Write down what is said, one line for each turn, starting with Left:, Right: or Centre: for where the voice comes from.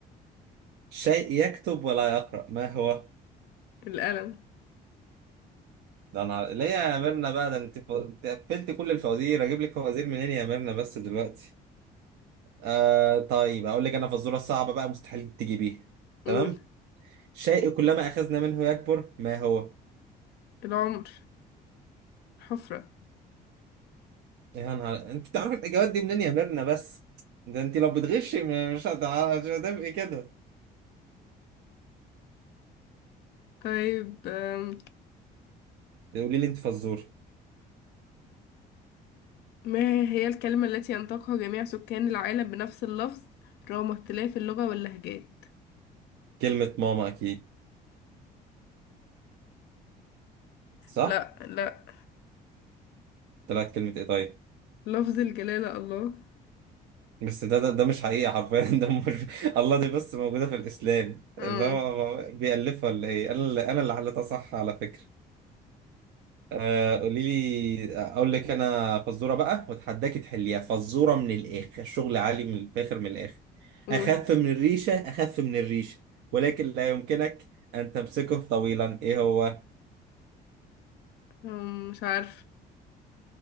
Right: شيء يكتب ولا يقرا ما هو
Left: الألم
Right: ده انا ليه يا ميرنا بقى ده انت ف... انت قفلت كل الفوازير اجيب لك فوازير منين يا ميرنا بس دلوقتي آه طيب اقول لك انا فزوره صعبه بقى مستحيل تجيبيها
Left: قول
Right: تمام شيء كلما اخذنا منه يكبر ما هو
Left: العمر الحفرة
Right: يا نهار انت بتعرف الاجابات دي منين يا ميرنا بس ده انت لو بتغشي م- مش هتع- مش هتبقي كده
Left: طيب آم،
Right: قولي لي انت فزور
Left: ما هي الكلمة التي ينطقها جميع سكان العالم بنفس اللفظ رغم اختلاف اللغة واللهجات
Right: كلمه ماما اكيد صح
Left: لا لا
Right: طلعت كلمه ايه طيب
Left: لفظ الجلالة الله
Right: بس ده ده, ده مش حقيقة حرفيا <laughs> ده مش الله دي بس موجودة في الإسلام
Left: اه
Right: اللي هو بيألفها ولا إيه أنا اللي أنا اللي حليتها صح على فكرة آه، قولي لي أقول لك أنا فزورة بقى وأتحداكي تحليها فزورة من الآخر شغل عالي من الفاخر من الآخر
Left: قول
Right: أخف من الريشة أخف من الريشة ولكن لا يمكنك أن تمسكه طويلا إيه هو
Left: آم، مش عارف